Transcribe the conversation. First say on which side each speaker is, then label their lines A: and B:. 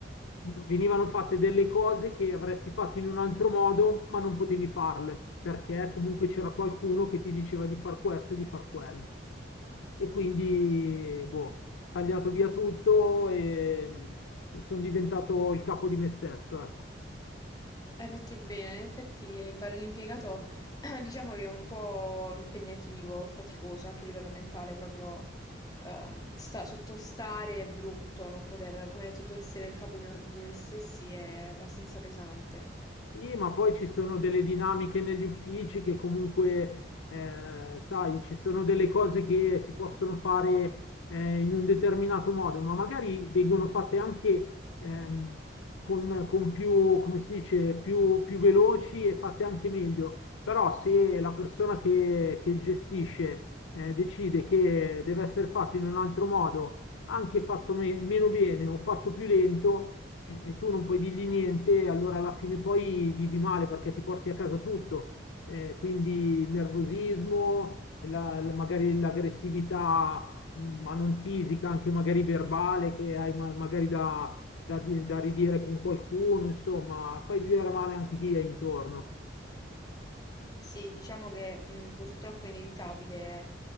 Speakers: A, on the left (about 85°); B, on the left (about 20°).
A: venivano fatte delle cose che avresti fatto in un altro modo, ma non potevi farle, perché comunque c'era qualcuno che ti diceva di far questo e di far quello. E quindi, boh, tagliato via tutto e mm, sono diventato il capo di me stesso, ecco.
B: Hai fatto bene, in effetti eh, fare l'impiegato <clears throat> diciamo che è un po' impegnativo, faticoso anche a livello mentale, proprio ehm, sta- sottostare è brutto, non poter, come hai detto tu, essere il capo di, no- di noi stessi è abbastanza pesante.
A: Sì, ma poi ci sono delle dinamiche negli uffici che comunque, eh, sai, ci sono delle cose che si possono fare eh, in un determinato modo, ma magari vengono fatte anche ehm, con, con più, come si dice, più, più veloci e fatte anche meglio. Però se la persona che, che gestisce eh, decide che deve essere fatto in un altro modo, anche fatto me- meno bene o fatto più lento, e, e tu non puoi dirgli niente, allora alla fine poi vivi male perché ti porti a casa tutto. Eh, quindi il nervosismo, la- la- magari l'aggressività, mh, ma non fisica, anche magari verbale, che hai ma- magari da, da di- da ridire con qualcuno, insomma, fai vivere male anche chi è intorno.
B: Sì, diciamo che mh, purtroppo è inevitabile